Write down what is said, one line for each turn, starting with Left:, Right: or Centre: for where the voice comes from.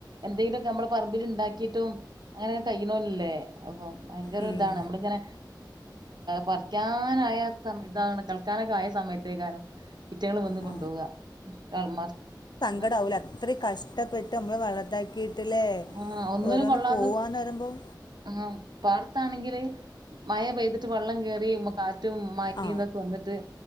Right: എന്തെങ്കിലുമൊക്കെ നമ്മളെ പറമ്പിൽ ഉണ്ടാക്കി ക്കിട്ടും അങ്ങനെ കയ്യ്ണോല്ലേ അപ്പൊ ഭയങ്കര
Left: ഉം.
Right: ഇതാണ് നമ്മളിങ്ങനെ പറിക്യാ കെൾകാനായ ഇതാണ് കൽക്കാനൊക്കെ ആയ സമയത്തേ കാരം ഇറ്റങ്ങൾ വന്ന്
Left: ആ.
Right: കൊണ്ടുപോവുക കളന്മാർ <unintelligible>
Left: ഇടങ്ങേറാവുലെ അത്രയും കഷ്ടപ്പെട്ട് നമ്മള് വളതാക്കിട്ട് ലേ
Right: ആ ഒന്നിനും
Left: ഓരോന്ന്
Right: കൊള്ളാതെ
Left: പോവാന്ന് വരുമ്പോം
Right: ആ പാടത്താണെങ്കില് മഴ പെയ്തിട്ട് വെള്ളം കേറീ കാറ്റും മഴയും
Left: ആ
Right: ഇതൊക്കെ വന്നിട്ട്